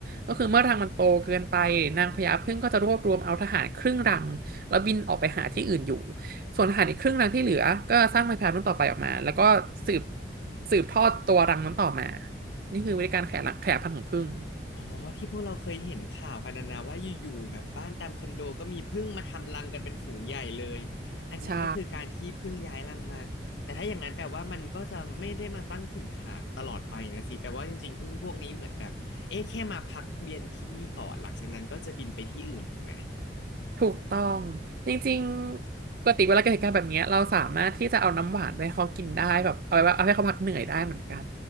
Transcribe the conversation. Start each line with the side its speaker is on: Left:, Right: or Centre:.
Right: ก็คือเมื่อรังมันโตเกินไปนางพญาผึ้งก็จะรวบรวมเอาทหารครึ่งรังแล้วบินออกไปหาที่อื่นอยู่ ส่วนทหารอีกครึ่งหนึ่งที่เหลือก็สร้างไม้พายรุ่นต่อไปออกมาแล้วก็สืบสืบทอดตัวรังนั้นต่อมา นี่คือวิธีการขยายรังขยายพันธุ์ของผึ้ง
Left: อ๋ออ๋อที่พวกเราเคยเห็นข่าวกันนะนะว่าอยู่ๆแบบบ้านตามคอนโดก็มีผึ้งมาทำรังกันเป็นฝูงใหญ่เลยอันเนี้ยก็คือการที่ผึ้งย้ายรังมาแต่ถ้าอย่างนั้นแปลว่ามันก็จะไม่ได้มาตั้งถิ่นฐานตลอดไปนะสิแปลว่าจริงๆผึ้งพวกนี้เหมือนแบบเอ๊ะแค่มาพักเวียนที่นี่ก่อนหลังจากนั้นก็จะบินไปที่อื่นถูกไหม
Right: ใช่ ถูกต้อง จริงๆปกติเวลาเกิดเหตุการณ์แบบเนี้ยเราสามารถที่จะเอาน้ำหวานไปให้เขากินได้แบบเอาไว้เอาให้เขาพักเหนื่อยได้เหมือนกัน